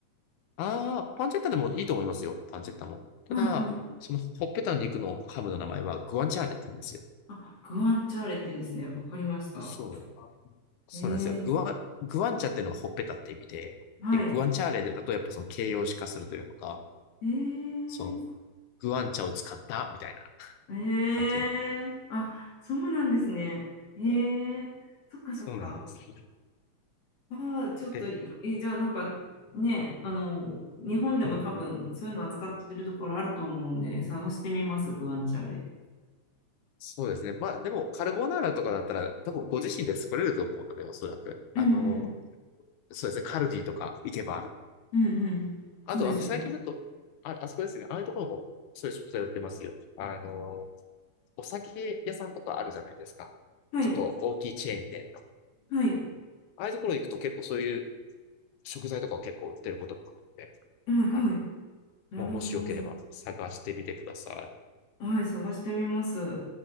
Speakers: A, on the left (about 85°); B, on the left (about 55°).
A: ああ、パンチェッタでもいいと思いますよ。パンチェッタも。ただ、
B: はいはい。
A: そのほっぺたの肉のハムの名前はグアンチャーレって言うんですよ。
B: あ、グアンチャーレって言うんですね。わかりました。
A: そう。そうなんですよ。
B: ええ
A: グワグワンチャっていうのがほっぺたって意味で、
B: はい。
A: で、グワンチャーレだとやっぱその形容詞化するというのか、
B: えー、
A: そのグワンチャを使ったみたいな
B: えー、
A: 感じ。
B: あ、そうなんですね。えー、そっかそっか。
A: そうなんですね。
B: あー、ちょっとえーじゃあなんかね、
A: で
B: あの、日本でも多分そういうの扱ってるところあると思うんで、
A: うん。
B: 探してみます、グアンチャーレ。
A: そうですね。まあでも、カルボナーラとかだったら、多分ご自身で作れると思うので、おそらく。あの、
B: うんうん。
A: そうですね。カルディとか行けば、
B: うんうん。
A: あと、
B: そうですよね。
A: あの、最近だと、あ、あそこですね。ああいうところも、そういう食材売ってますよ。あの、お酒屋さんとかあるじゃないですか。
B: はい、
A: ちょっと大きいチェーン店の。
B: はい、
A: ああいうところ行くと結構そういう食材とかを結構売ってることもあって、
B: はい、
A: はい。
B: はい。なるほど。
A: もう、もしよければ探してみてください。
B: はい、探してみます。